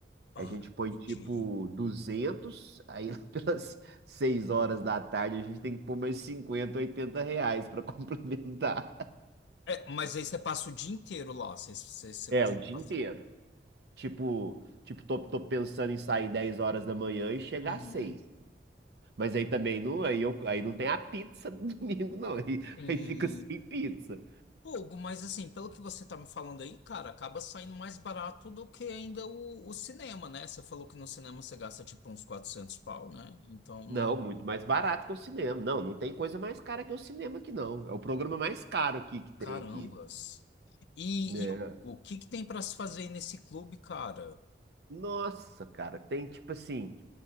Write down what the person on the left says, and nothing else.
Ah,
entendi.
É, mas aí você passa o dia inteiro lá. Você, você, você
consegue
passar.
Uhum.
Sim.
Pouco, mas assim, pelo que você tá me falando aí, cara, acaba saindo mais barato do que ainda o, o cinema, né? Você falou que no cinema você gasta tipo uns quatrocentos pau, né? Então,
no...
Carambas.
E,
e o, o que que tem pra se fazer aí nesse clube, cara?